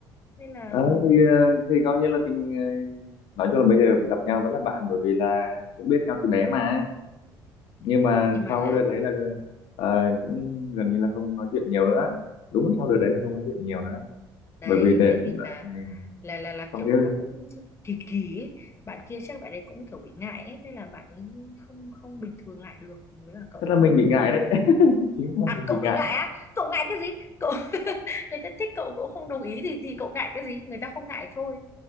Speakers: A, on the left; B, on the left.
A: nên là
B: ờ thì ờ, thì coi như là tình ờ, nói chung là bây giờ gặp nhau vẫn là bạn bởi vì là cũng biết nhau từ bé mà nhưng mà
A: nhưng mà
B: sau
A: là
B: đợt đấy là ờ, cũng gần như là không nói chuyện nhiều nữa đúng là sau đợt đấy là không nói chuyện nhiều nữa
A: đấy
B: bởi vì để,
A: tại vì là
B: để
A: là là là
B: không
A: kiểu
B: biết
A: nó cũng kỳ kỳ ấy. bạn kia chắc bạn ấy cũng kiểu bị ngại ấy, nên là bạn ấy không không bình thường lại được với cả cậu
B: tức là
A: đúng
B: mình
A: không
B: bị ngại đấy <laughs> chính là
A: à
B: mình
A: cậu
B: bị ngại
A: bị ngại á cậu ngại cái gì cậu <laughs> người ta thích cậu cậu không đồng ý thì thì cậu ngại cái gì người ta không ngại thôi